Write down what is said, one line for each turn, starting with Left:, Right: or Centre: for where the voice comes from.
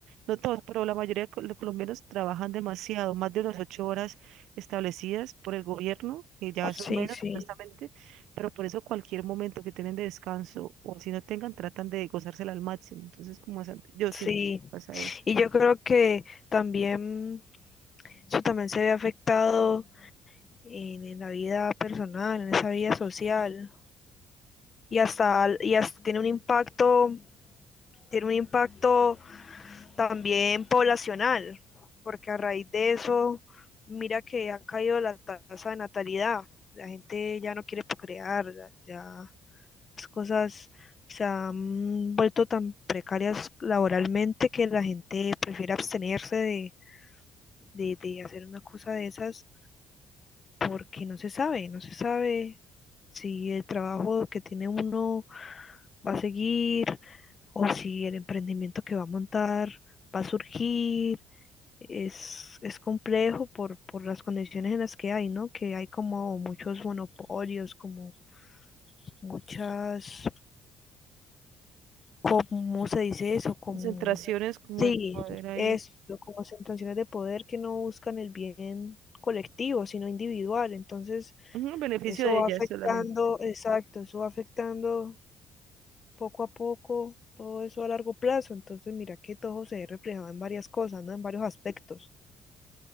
Right: no todos, pero la mayoría de co- los colombianos trabajan demasiado, más de las ocho horas establecidas por el gobierno, que ya son
Left: Sí,
Right: menos
Left: sí,
Right: supuestamente pero por eso cualquier momento que tienen de descanso o así no tengan, tratan de gozársela al máximo. Entonces, como esa- yo
Left: sí.
Right: siento, vas a ver,
Left: Y yo creo que también eso también se ve afectado en, en la vida personal, en esa vida social y hasta, y hasta tiene un impacto, tiene un impacto también poblacional, porque a raíz de eso, mira que ha caído la tasa de natalidad, la gente ya no quiere procrear, ya las cosas se han vuelto tan precarias laboralmente que la gente prefiere abstenerse de, de, de hacer una cosa de esas porque no se sabe, no se sabe si el trabajo que tiene uno va a seguir o si el emprendimiento que va a montar va a surgir. Es, es complejo por, por las condiciones en las que hay, ¿no? Que hay como muchos monopolios, como muchas, ¿cómo se dice eso? Como,
Right: concentraciones como
Left: sí,
Right: de poder ahí,
Left: esto, como sentencias de poder que no buscan el bien colectivo, sino individual. Entonces,
Right: ujú, en beneficio
Left: Eso
Right: de
Left: va
Right: ellas
Left: afectando,
Right: solamente.
Left: exacto, eso va afectando poco a poco todo eso a largo plazo. Entonces, mira que todo se ve reflejado en varias cosas, ¿no? En varios aspectos.